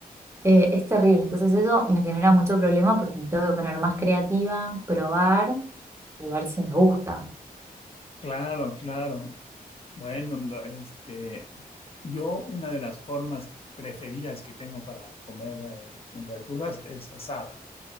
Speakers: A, on the right; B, on the left.
A: eh, es terrible. Entonces eso me genera mucho problema porque me tengo que poner más creativa, probar y ver si me gusta.
B: Claro, claro. Bueno, lo- este, yo una de las formas preferidas que tengo para comer eh, verduras es asada.